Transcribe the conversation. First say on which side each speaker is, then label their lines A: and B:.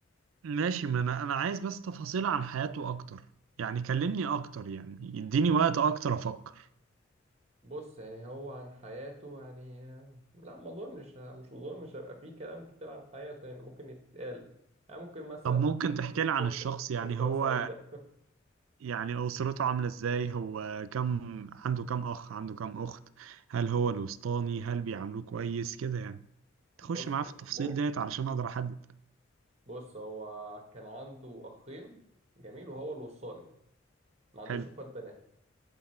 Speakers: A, on the right (about 80°); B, on the right (about 30°).
A: ماشي ما انا انا عايز بس تفاصيل عن حياته اكتر يعني كلمني اكتر يعني يديني وقت اكتر افكر
B: بص يعني هو عن حياته يعني لا ما اظنش مش اظنش هيبقى فيه كلام كتير عن حياته يعني ممكن يتقال يعني ممكن مثلا
A: طب ممكن تحكي لي عن
B: <laughs>
A: الشخص يعني
B: أسرة
A: هو
B: سعيدة
A: يعني اسرته عاملة ازاي هو كم عنده كم اخ عنده كم اخت هل هو الوسطاني هل بيعاملوه كويس كده يعني تخش
B: <laughs> بص
A: معاه في التفاصيل
B: مو
A: ديت علشان اقدر احدد
B: بص هو كان عنده أخين جميل وهو الوصاني ما عندوش
A: حلو
B: إخوات بنات